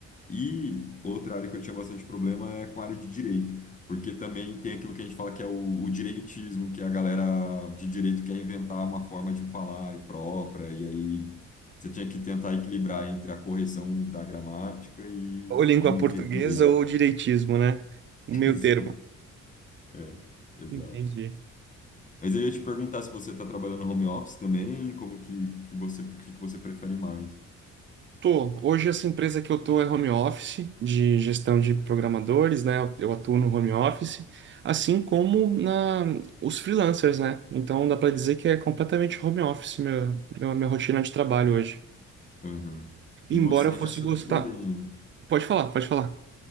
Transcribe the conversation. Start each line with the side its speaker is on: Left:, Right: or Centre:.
Left: E outra área que eu tinha bastante problema é com a área de direito, porque também tem aquilo que a gente fala que é o, o direitismo, que a galera de direito quer inventar uma forma de falar própria, e aí você tinha que tentar equilibrar entre a correção da gramática e,
Right: Ou língua
Left: e o
Right: portuguesa
Left: jeito dele.
Right: ou direitismo, né? O
Left: <laughs>
Right: meio
Left: Exato.
Right: termo.
Left: É, exato.
Right: Entendi.
Left: Mas eu ia te perguntar se você está trabalhando no home office também, como que, que você, o que que você prefere mais?
Right: Tô. Hoje essa empresa que eu tô é home office, de gestão de programadores, né? Eu eu atuo no home office, assim como na os freelancers, né? Então dá pra dizer que é completamente home office meu, meu- minha rotina de trabalho hoje.
Left: Aham.
Right: Embora
Left: E você
Right: eu fosse
Left: já se
Right: gostar.
Left: adaptou bem aí.
Right: Pode falar, pode falar.